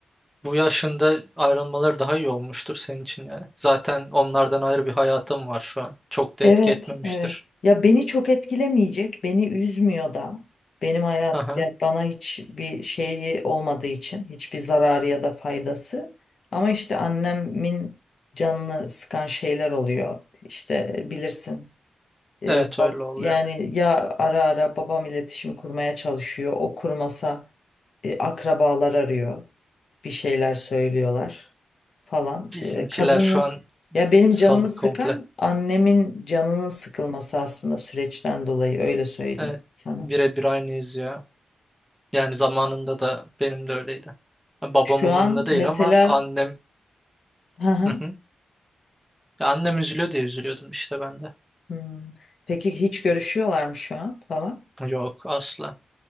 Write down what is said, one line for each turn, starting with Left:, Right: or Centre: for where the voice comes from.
Centre: Bu yaşında ayrılmaları daha iyi olmuştur senin için yani. Zaten onlardan ayrı bir hayatım var şu an. Çok da
Left: Evet,
Centre: etki etmemiştir.
Left: evet. Ya beni çok etkilemeyecek, beni üzmüyor da. Benim hayat,
Centre: Aha.
Left: yani bana hiçbir şeyi olmadığı için, hiçbir zararı ya da faydası. Ama işte annemin canını sıkan şeyler oluyor. İşte bilirsin. Ee,
Centre: Evet
Left: bab-
Centre: öyle oluyor.
Left: yani ya ara ara babam iletişim kurmaya çalışıyor. O kurmasa e, akrabalar arıyor. Bir şeyler söylüyorlar falan.
Centre: Bizimkiler
Left: Ee, kadını
Centre: şu an
Left: ya benim
Centre: salık
Left: canımı sıkan
Centre: komple.
Left: annemin canının sıkılması aslında süreçten dolayı öyle söyleyeyim
Centre: Evet.
Left: sana.
Centre: Birebir aynıyız ya. Yani zamanında da benim de öyleydi. Babam
Left: Şu
Centre: umurumda
Left: an
Centre: değil
Left: mesela
Centre: ama annem...
Left: hı hı,
Centre: Hı hı. Ya Annem üzülüyor diye üzülüyordum işte ben de.
Left: hmm. Peki hiç görüşüyorlar mı şu an falan?
Centre: Yok asla.